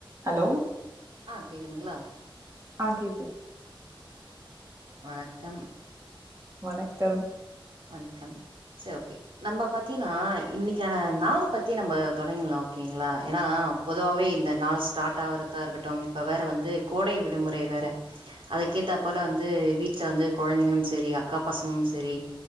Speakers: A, on the right; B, on the right.
A: Hello
B: ஆ கேக்குதுங்ளா
A: ஆ கேக்து
B: வணக்கம்
A: வணக்கம்
B: வணக்கம் சேர் ஓகே நம்ம பாத்தீன்னா இன்னைக்கான நாள பத்தி நம்ம தொடங்லா ஓகேங்ளா ஏன்னா பொதுவாவே இந்த நாள் ஸ்டாட் ஆவறதா இருக்கட்டு இப்ப வேற வந்து கோடை விடுமுறை வேற அதுக்கேத்தாப்பல வந்து வீட்ல வந்து கொழந்தைங்களு செரி அக்கா பசங்களு செரி